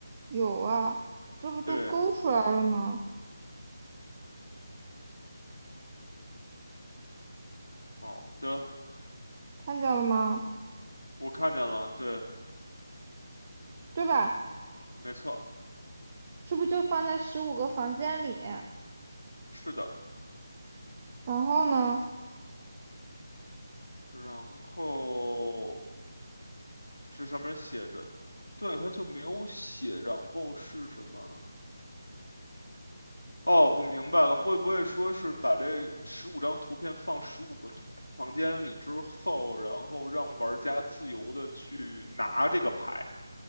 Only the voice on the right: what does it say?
有啊，这不都勾出来了吗？
看见了吗？
对吧？
是不是就放在十五个房间里面？
然后呢？